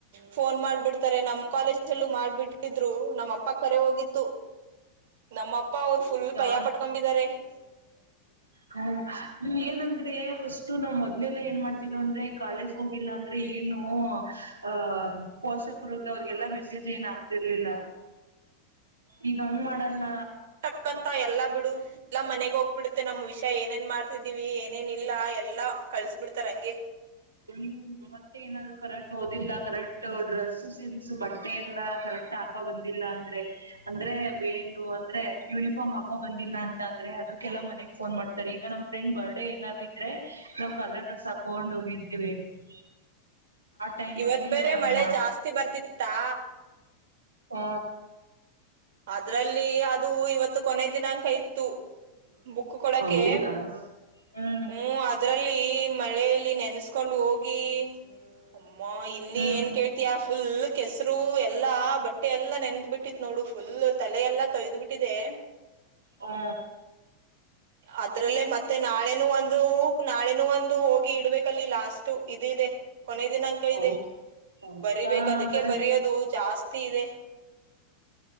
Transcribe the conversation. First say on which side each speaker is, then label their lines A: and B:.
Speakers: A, on the right; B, on the right.
A: ಫೋನ್ ಮಾಡ್ಬಿಡ್ತಾರೆ ನಮ್ ಕಾಲೇಜಲ್ಲೂ ಮಾಡ್ಬಿಟ್ಟಿದ್ರು ನಮ್ಮ ಅಪ್ಪ ಕರೆ ಹೋಗಿತ್ತು. ನಮ್ಮಪ್ಪ ಅವ್ರ
B: ಹೌದಾ
A: ಫುಲ್ ಭಯ ಪಟ್ಕೊಂಬಿದ್ದಾರೆ. <unintelligible>
B: ಹ ಏನಂದ್ರೆ ಫಾಷ್ <unintelligible> ನಾವ್ ಮೊದ್ಲೆಲ್ಲ ಏನ್ ಮಾಡ್ತಿದ್ದೋ ಅಂದ್ರೆ ಕಾಲೇಜ್ಗ್ ಹೋಗಿಲ್ಲ ಅಂದ್ರೆ ಏನೂ ಆ ಪೋಷಕರ್ಗ್ ಅವ್ರ್ಗೆಲ್ಲಾ ಮೆಸೇಜ್ ಏನ್ ಹಾಕ್ತಿರ್ಲಿಲ್ಲ, ಈಗ್ ಹಂಗ್ ಮಾಡಲ್ಲ
A: ಟಕ್ಕಂತ ಎಲ್ಲಾ ಬಿಡು ಎಲ್ಲಾ ಮನೆಗ್ ಹೋಗ್ಬಿಡುತ್ತೆ ನಮ್ ವಿಷ್ಯ ಏನೇನ್ ಮಾಡ್ತಿದೀವಿ ಏನೇನ್ ಇಲ್ಲ ಎಲ್ಲಾ ಕಳ್ಸ್ ಬಿಡ್ತಾರ್ ಹಂಗೆ.
B: <unintelligible> ಮತ್ತೆ ಏನಾದ್ರು? ಕರೆಕ್ಟ್ ಓದಿಲ್ಲ ಕರೆಕ್ಟು ಡ್ರೆಸ್ ಸೆನ್ಸ್ ಬಟ್ಟೆ ಎಲ್ಲ ಕರೆಕ್ಟ್ ಟಾಕೋ ಬಂದಿಲ್ಲ ಅಂದ್ರೆ ಅಂದ್ರೆ ವೇಲ್ <unintelligible> ಅಂದ್ರೆ ಯೂನಿಫಾರ್ಮ್ ಹಾಕೋ ಬಂದಿಲ್ಲ ಅಂತ್ ತಂದ್ರೆ ಅದುಕ್ಕೆಲ್ಲ ಮನೆಗ್ ಫೋನ್ ಮಾಡ್ತಾರೆ ಈಗ ನಮ್ ಫ್ರೆಂಡ್ ಬರ್ಡೇ ಏನಾರು ಇದ್ರೆ ನಾವ್ ಕಲರ್ ಡ್ರೆಸ್ ಹಾಕೋಂಡ್ ಹೋಗಿ <unintelligible> ಟೈಮ್
A: ಇವತ್
B: ಅಲ್ಲಿ
A: ಬೇರೆ
B: ಅವ್ರ ಹಂಗ್
A: ಮಳೆ ಜಾಸ್ತಿ ಬರ್ತಿತ್ತಾ
B: ಔ.
A: ಅದ್ರಲ್ಲೀ ಅದು ಇವತ್ ತ್ತು ಕೊನೇ ದಿನಾಂಕ ಇತ್ತು. ಬುಕ್ಕು ಕೊಡಕೆ,
B: ಹೌದಾ ಹ್ಮ್
A: ಹೂಂ ಅದ್ರಲ್ಲೀ ಮಳೇಲಿ ನೆನ್ಸ್ ಕೊಂಡ್ ಹೋಗ್ ಗಿ. ಅಮ್ಮ ಇಲ್ಲಿ
B: ಹ್ಮ್
A: ಏನ್ ಕೇಳ್ತಯಾ ಫುಲ್ ಕೆಸ್ರು ಎಲ್ಲಾ ಬಟ್ಟೆ ಎಲ್ಲಾ ನೆದ್ ಬಿಟ್ಟಿತ್ ನೋಡು ಫುಲ್ ತಲೆ ಎಲ್ಲಾ ತೊಯ್ದ್ಬಿಟ್ಟಿದೆ.
B: ಹಾ
A: ಅದ್ರಲ್ಲೇ ಮತ್ತೆ ನಾಳೆನೂ ಒಂದು. ನಾಳೆನು ಒಂದು ಹೋಗಿ ಇಡ್ಬೇಕಲ್ಲಿ ಲಾಸ್ಟ್ ಇದ್ ಇದೆ. ಕೊನೆ ದಿನಾಂಕ
B: ಹೌ
A: ಇದೆ
B: ಹೌದಾ
A: ಬರಿಬೇಕ್ ಅದಕ್ಕೆ
B: ಹಂಗಾರೆ
A: ಬರಿಯೋದು ಜಾಸ್ತಿ ಇದೆ.